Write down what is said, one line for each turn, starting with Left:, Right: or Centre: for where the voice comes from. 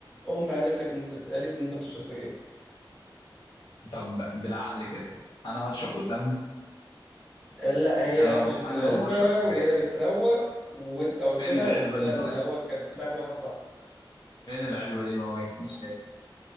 Centre: ام قالت لك ان انت قالت لي ان انت بتشرب سجاير
Left: طب بالعقل كده انا هشرب قدامها
Centre: لا هي
Left: يعني
Centre: قفشت
Left: لو انا
Centre: العلبه
Left: لو بشرب سجاير
Centre: وهي بتروق وانت قلت
Left: فين
Centre: لها
Left: العلبة
Centre: وقلت
Left: دي
Centre: لها
Left: طيب
Centre: ان هو كانت بتاعت واحد صاحبك
Left: فين العلبة دي ما واجهتنيش ليه؟